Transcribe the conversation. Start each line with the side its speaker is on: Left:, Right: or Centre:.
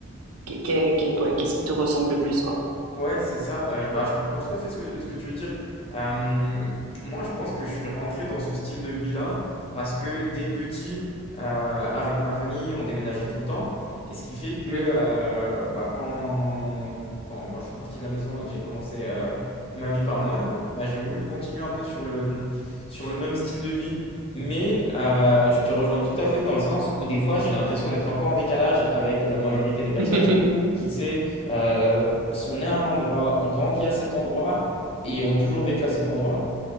Right: Qu'est- qu'est- qu'est- ouais, Qu'est-ce qui te ressemble le plus, quoi?
Left: Ouais, c'est ça. Heu, bah, je comprends tout à fait ce que ce que tu veux dire. Hem, moi, je pense que je suis rentré dans ce style de vie-là parce que dès petit, heu, avec ma famille, on déménageait tout le temps et ce qui fait que,
Right: Hmm.
Left: heu, bah, quand quand quand je suis parti de la maison et que j'ai commencé, heu, ma vie par moi-même, bah, j'ai voulu continuer un peu sur le, mmh, sur le même style de vie. Mais, heu, je te rejoins tout à fait dans le sens où des fois, j'ai l'impression d'être un peu en décalage avec, la majorité des personnes
Right: <laughs>
Left: qui, tu sais, euh, sont est à un endroit, ont grandi à cet endroit et ont toujours vécu à cet endroit.